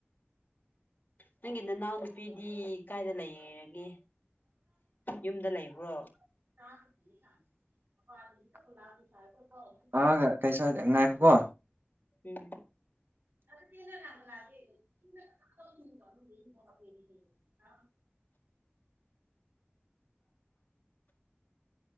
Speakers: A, on the left; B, on the right.
A: ꯅꯪꯒꯤ ꯅꯅꯥꯎ ꯅꯨꯄꯤꯗꯤ ꯀꯥꯏꯗ ꯂꯩꯔꯒꯦ ꯌꯨꯝꯗ ꯂꯩꯕ꯭ꯔꯣ
B: <unintelligible> <unintelligible> ꯑ ꯀꯩꯁꯨ ꯍꯥꯏꯗ‌ꯦ ꯉꯏꯈꫭꯀꯣ
A: ꯎꯝ
B: <unintelligible>